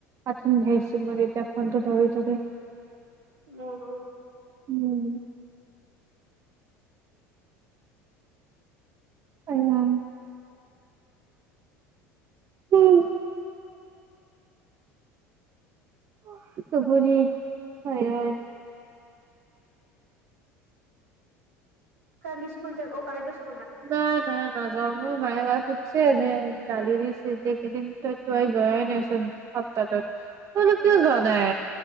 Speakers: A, on the right; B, on the right.
A: <unintelligible> ফোনটো ধৰি থাকে।
B: <unintelligible>
A: উম। অ'। <inaudible> <unintelligible> হয় হয়।
B: কালি স্কুল য অ' পাৰে যে অ', কালিটো
A: নাই, নাই, নাযাওঁ। মোৰ মায়ে <unintelligible> সুধ্ছে, আজি গালি দিছে যে কেইদিন ত' তো যোৱাই নাইচোন, সপ্তাহটোত। ত‌ইনো
B: উম,
A: কিয় যোৱা নাই?